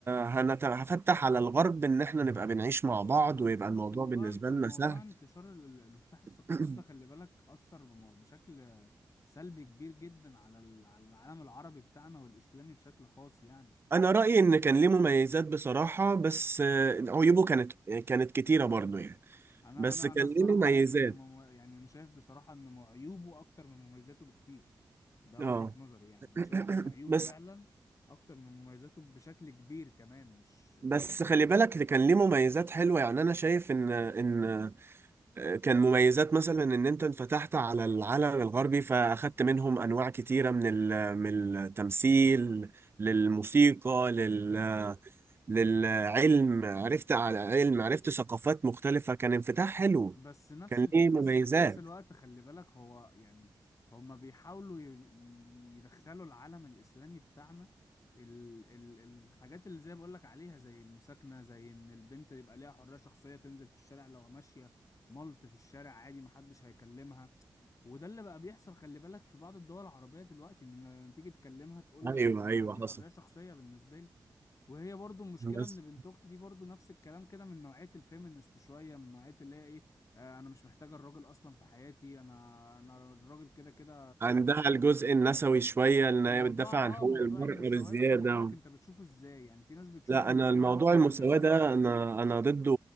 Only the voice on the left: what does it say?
بالظبط
موضوع
انت موضوع
انتشار ال- ال- انفتاح الثقافات
ده خلي بالك اثر بم- بشكل سلبي كبير جدا على ال- على العالم العربي بتاعنا والاسلامي بشكل خاص يعني
و-
انا
انا
انا الصراحه
شايف ان مم... يعني انا شايف بصراحه ان مو- عيوبه اكتر من مميزاته بكتير ده
وجهه نظري يعني
انا شايف ان عيوبه
فعلا اكتر من مميزاته بشكل كبير كمان مش مش
بس نفس
الف...
بس
في نفس الوقت خلي بالك هو يعني هما بيحاولوا ي... ي- يدخلوا العالم الإسلامي بتاعنا ال... ال... الحاجات اللي زي بقول لك عليها زي المساكنة زي إن البنت يبقى ليها حرية شخصية تنزل في الشارع لو ماشية ملط في الشارع عادي محدش هيكلمها وده اللي بقى بيحصل خلي بالك في بعض الدول العربية دلوقتي إن لما تيجي تكلمها تقول
لك أنا
دي
حرية شخصية بالنسبة لي وهي برضو المشكلة
ان بنت اختي دي برضو نفس الكلام كده من نوعية الفيمينست شوية من نوعية اللي هي ايه آه انا مش محتاجة الراجل اصلا في حياتي انا انا الراجل كده كده
موضوع
اه
موضوع
المساواة
ده خلي بالك انت بتشوفه ازاي يعني في ناس بتشوف
ان
موضوع
المساواة
ده تمييز